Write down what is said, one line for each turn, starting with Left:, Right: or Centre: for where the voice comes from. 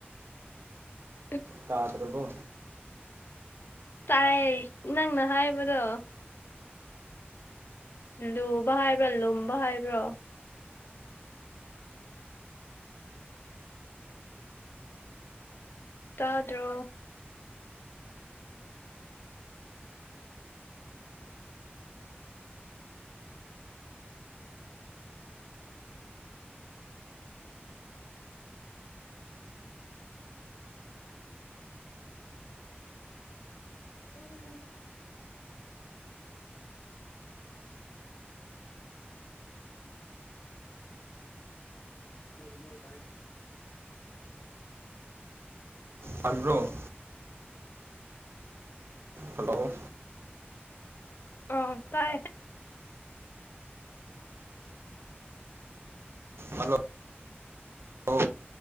Left: <inaudible>
Right: ꯇꯥꯗ꯭ꯔꯕꯣ
Left: ꯇꯥꯏ ꯅꯪꯅ ꯍꯥꯏꯕꯗꯣ ꯂꯨꯕ ꯍꯥꯏꯕ꯭ꯔꯥ ꯂꯨꯝꯕ ꯍꯥꯏꯕ꯭ꯔꯣ ꯇꯥꯗ꯭ꯔꯣ ꯂꯧꯁꯤꯟꯕ ꯉꯝꯗꯕ <unintelligible>
Right: ꯑꯟꯕ꯭ꯔꯣ ꯍꯜꯂꯣ
Left: ꯑꯣ ꯇꯥꯏ
Right: ꯍꯥꯂꯣ ꯂꯣ